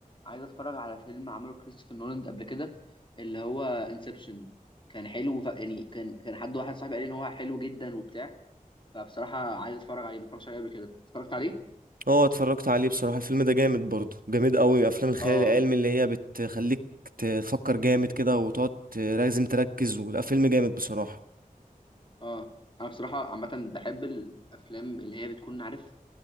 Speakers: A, on the left; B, on the right.
A: عايز اتفرج على فيلم عمله كريستوفر نولان قبل كده اللي هو انسبشن كان حلو ف... يعني كان كان حد واحد صاحبي قال لي ان هو حلو جدا وبتاع فبصراحه عايز اتفرج عليه ما اتفرجتش عليه قبل كده اتفرجت عليه
B: اه اتفرجت عليه بصراحة الفيلم ده جامد برضه جامد قوي افلام الخيال
A: اه
B: العلمي اللي هي بتخليك تفكر جامد كده وتقعد ت- لازم تركز ولا فيلم جامد بصراحة
A: اه انا بصراحه عامه بحب الافلام اللي هي بتكون عارف